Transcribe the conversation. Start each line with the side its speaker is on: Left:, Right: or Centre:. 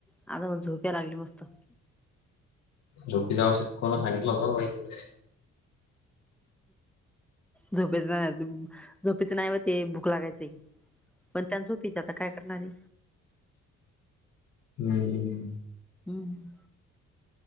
Centre: आता मग झोप या लागली मस्त.
Left: झोपेच औषध खाऊ नको, सांगितलं होतं बाई तुरे.
Centre: झोपेच झोपेच नाही, ते भूक लागायचं पण. त्यात झोप येते, आता काय करणारे.
Left: हम् हम हम.
Centre: हम्म.